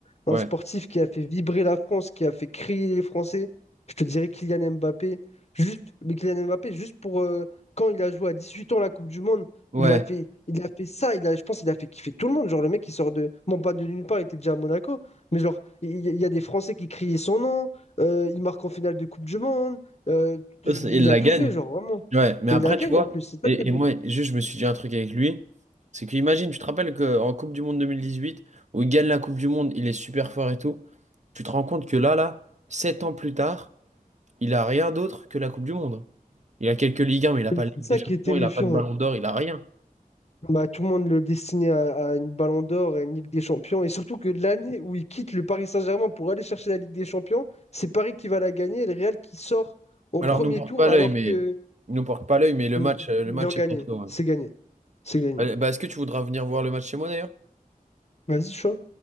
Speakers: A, on the left (about 45°); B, on the right (about 50°).
A: Un
B: Ouais,
A: sportif qui a fait vibrer la France, qui a fait crier les Français. Je te dirais Kylian Mbappé. Juste, mais Kylian Mbappé, juste pour euh, quand il a joué à 18 ans la Coupe du Monde,
B: ouais,
A: il a fait, il a fait ça. Il a, je pense qu'il a fait kiffer tout le monde. Genre, le mec, il sort de. Bon, pas de nulle part, il était déjà à Monaco. Mais genre, il il y, a des Français qui criaient son nom. euh, il marque en finale de Coupe du Monde. euh,
B: Eux,
A: il
B: c'est- Ils la
A: a tout
B: gagne.
A: fait, genre, vraiment.
B: ouais. Mais
A: Et
B: après,
A: il la gagne
B: tu vois,
A: en plus. C'est ça
B: et,
A: qui est bon.
B: et moi, juste, je me suis dit un truc avec lui, c'est que imagine, tu te rappelles qu'en Coupe du Monde 2018, où il gagne la Coupe du Monde, il est super fort et tout, tu te rends compte que là, là, 7 ans plus tard, il a rien d'autre que la Coupe du Monde. Il a quelques Ligue 1, mais il a
A: C'est
B: pas de Ligue
A: ça
B: des Champions,
A: qui est terrifiant.
B: il a pas de Ballon d'Or, il a rien.
A: Bah, tout le monde le destinait à, à une Ballon d'Or et une Ligue des Champions. Et surtout que l'année où il quitte le Paris Saint-Germain pour aller chercher la Ligue des Champions, c'est Paris qui va la gagner et le Real qui sort au
B: Alors,
A: premier
B: nous porte
A: tour
B: pas l'œil,
A: alors
B: mais
A: que
B: nous porte pas l'œil, mais le
A: mm,
B: match, euh, le
A: il
B: match
A: en gagnait.
B: est bientôt. ouais.
A: C'est gagné. C'est gagné.
B: Allez, bah, est-ce que tu voudras venir voir le match chez moi d'ailleurs?
A: Vas-y, chaud.